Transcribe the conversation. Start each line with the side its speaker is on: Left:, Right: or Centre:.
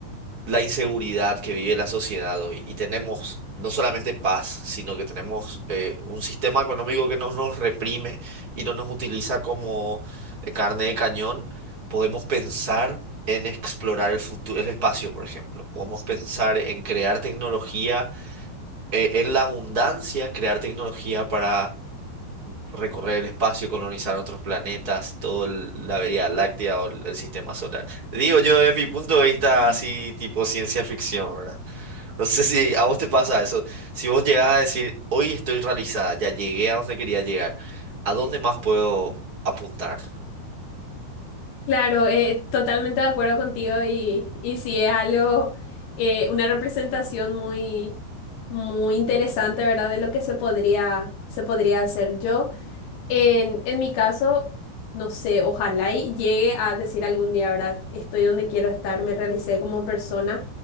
Right: la inseguridad que vive la sociedad hoy y tenemos no solamente paz, sino que tenemos eh, un sistema económico que no nos reprime y no nos utiliza como eh, carne de cañón, podemos pensar en explorar el futuro, el espacio, por ejemplo. Podemos pensar en crear tecnología, eh, en la abundancia, crear tecnología para recorrer el espacio, colonizar otros planetas, toda la Vía Láctea o el el sistema solar. Digo yo, de mi punto de vista,
Left: ujú.
Right: así tipo ciencia ficción, ¿verdad? No sé si a vos te pasa eso. Si vos llegás a decir, hoy estoy realizada, ya llegué a donde quería llegar, ¿a dónde más puedo apuntar?
Left: Claro, eh, totalmente de acuerdo contigo y, y sí es algo, eh, una representación muy, muy interesante, ¿verdad? De lo que se podría, se podría hacer. Yo En, en mi caso, no sé, ojalá y llegue a decir algún día, ¿verdad? Estoy donde quiero estar, me realicé como persona